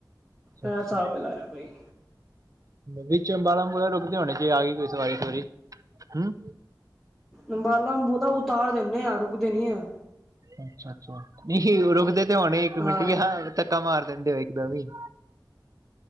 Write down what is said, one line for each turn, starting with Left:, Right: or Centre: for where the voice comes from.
Centre: ਇਹ
Right: ਅੱਛਾ
Centre: ਹਿਸਾਬ ਲਾਇਆ ਬਾਈ।
Right: ਵਿੱਚ ਅੰਬਾਲਾ ਮੂਰੇ ਰੁਕਦੇ ਹੋਣੇ ਸੀ, ਆ ਗਈ ਕੋਈ ਸਵਾਰੀ ਸਵਰੀ ਹਮ।
Centre: ਅੰਬਾਲਾ ਅੰਬੁਲਾ ਉਤਾਰ ਦਿੰਦੇ ਆ ਰੁਕਦੇ ਨਹੀਂ ਆ।
Right: ਅੱਛਾ ਅੱਛਾ, ਨਹੀਂ ਰੁਕਦੇ ਤੇ ਹੋਣੇ ਇੱਕ
Centre: ਹਾਂ
Right: ਮਿੰਟ ਧੱਕਾ ਮਾਰ ਦਿੰਦੇ ਨੇ, ਇੱਕ ਦਮ ਹੀ।